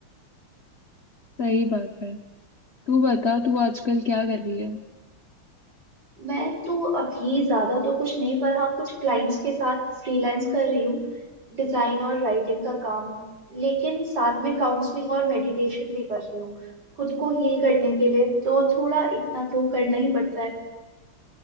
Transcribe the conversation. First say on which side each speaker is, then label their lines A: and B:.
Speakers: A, on the left; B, on the right.
A: सही बात है तू बता तू आजकल क्या कर रही है
B: मैं तो अभी ज्यादा तो कुछ नहीं पर हाँ कुछ क्लाइंट्स के साथ फ्रीलांस कर रही हूँ डिजाइन और राइटिंग का काम लेकिन साथ में काउंसलिंग और मेडिटेशन भी कर रही हूँ खुद को हील करने के लिए तो थोड़ा इतना तो करना ही पड़ता है